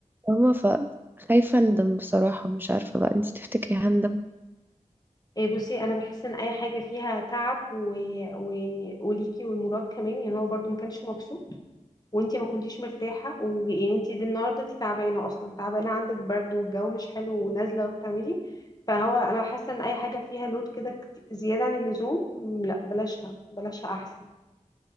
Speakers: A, on the right (about 15°); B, on the left (about 30°).
A: ده فاهمة؟ فخايفة أندم بصراحة مش عارفة بقى انتي تفتكري هندم
B: إيه بصي انا بحس ان اي حاجه فيها تعب و... ويعني وليكي والمراد كمان يعني هو برضو ما كانش مبسوط وانتي ما كنتيش مرتاحه ويعني انتي دي النهارده انتي تعبانه اصلا تعبانه عندك برد والجو مش حلو ونازله وبتعملي فهو انا حاسه ان اي حاجه فيها لود كده كت- زياده عن اللزوم مم، لا بلاشها بلاشها احسن